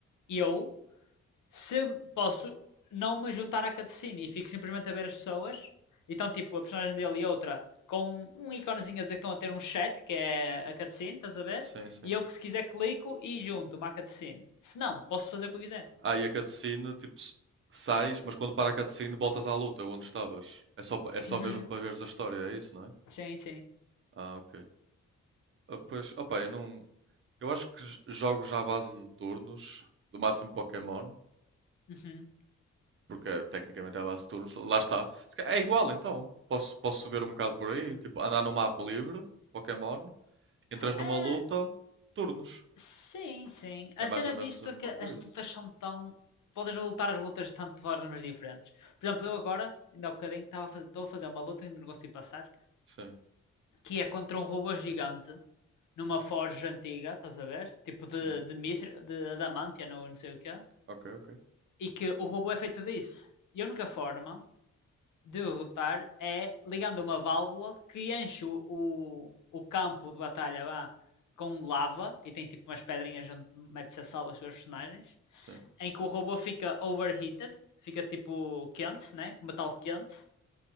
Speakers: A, on the left; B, on the right.
A: E eu se posso não me juntar à cutscene e fico simplesmente a ver as pessoas, então tipo a personagem dele e outra com um íconezinho a dizer que estão a ter um chat, que é a cutscene, estás a ver?
B: sim, sim.
A: E eu, se quiser, clico e junto uma cutscene. Se não, posso fazer o que eu quiser.
B: Ah, e a cutscene, tipo, s- sais, mas quando para a cutscene voltas à luta, onde estavas. É só, pa- é só
A: Uhum.
B: mesmo para veres a história, é isso, não é?
A: Sim, sim.
B: Ah, ok. Ah, pois, opa, eu não. Eu acho que j- jogo já à base de turnos, do máximo Pokémon,
A: Uhum.
B: porque eh, tecnicamente é a base de turnos, lá está. Se ca- É igual então, posso, posso subir um bocado por aí, tipo, andar no mapa livre, Pokémon, entras numa
A: Ah,
B: luta, turnos.
A: sim, sim.
B: É
A: A
B: mais
A: cena
B: ou menos
A: disto
B: a
A: é
B: mesma
A: que
B: coisa.
A: as lutas são tão. Podes lutar as lutas de tanto de formas diferentes. Por exemplo, eu agora, ainda há bocadinho, estava a fazer, estou a fazer uma luta que ainda não consegui passar,
B: Sim,
A: que é contra um robô gigante numa forja antiga, estás a ver? Tipo de,
B: sim.
A: de, mitri, de adamantia ou não sei o quê.
B: Ok, ok.
A: E que o robô é feito disso. E a única forma de derrotar é ligando uma válvula que enche o, o campo de batalha lá com lava e tem tipo umas pedrinhas onde mete-se a salva os seus personagens.
B: Sim.
A: Em que o robô fica overheated, fica tipo quente, né? Com metal quente.